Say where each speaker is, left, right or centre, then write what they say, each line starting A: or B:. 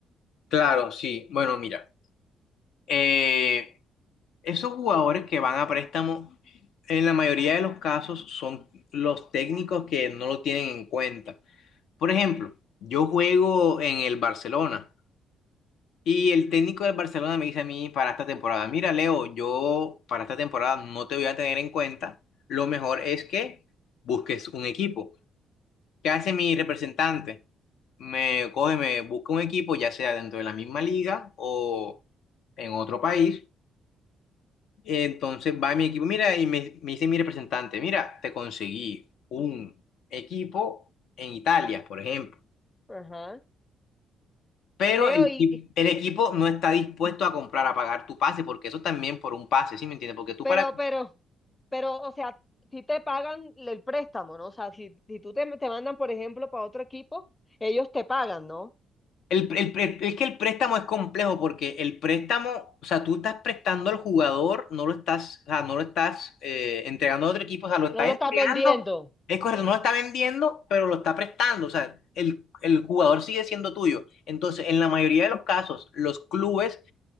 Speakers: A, on the left; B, on the left.
A: Claro, sí. Bueno, mira, eh, esos jugadores que van a préstamo, en la mayoría de los casos son los técnicos que no lo tienen en cuenta. Por ejemplo, yo juego en el Barcelona. Y el técnico del Barcelona me dice a mí para esta temporada, mira Leo, yo para esta temporada no te voy a tener en cuenta, lo mejor es que busques un equipo. ¿Qué hace mi representante? Me coge, me busca un equipo, ya sea dentro de la misma liga o en otro país. Entonces va mi equipo, mira, y me, me dice mi representante, mira, te conseguí un equipo en Italia, por ejemplo.
B: Ajá.
A: Pero
B: Leo,
A: el,
B: y,
A: equi-
B: y-
A: el equipo no está dispuesto a comprar, a pagar tu pase, porque eso también por un pase, ¿sí me entiendes? Porque tú
B: pero,
A: para...
B: pero, pero, o sea, si te pagan el préstamo, ¿no? O sea, si, si tú te, te mandan, por ejemplo, para otro equipo, ellos te pagan, ¿no?
A: El, el pre- es que el préstamo es complejo, porque el préstamo, o sea, tú estás prestando al jugador, no lo estás, o sea, no lo estás eh, entregando a otro equipo, o sea, lo estás
B: No lo
A: entregando,
B: estás vendiendo.
A: es correcto, no lo está vendiendo, pero lo está prestando, o sea, el, el jugador sigue siendo tuyo. Entonces, en la mayoría de los casos, los clubes